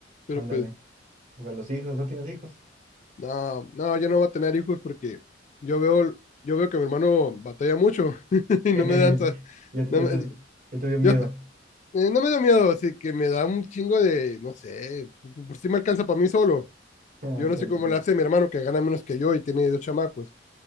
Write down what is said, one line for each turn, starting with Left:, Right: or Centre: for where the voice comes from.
Left: pero
Right: Ándale.
Left: pues
Right: Para los hijos, ¿no tienes hijos?
Left: no, no, yo no voy a tener hijos porque yo veo, yo veo que mi hermano batalla mucho <laughs> y
Right: <laughs>
Left: no me dan, sa-
Right: Ya te,
Left: no
Right: ya
Left: me,
Right: te, ya te dio miedo.
Left: yo, eh, no me da miedo, así que me da un chingo de, no sé, por por si me alcanza para mí solo.
Right: <laughs> Ah,
Left: Yo
Right: Entiendo,
Left: no sé cómo
Right: entiendo.
Left: le hace mi hermano que gana menos que yo y tiene dos chamacos.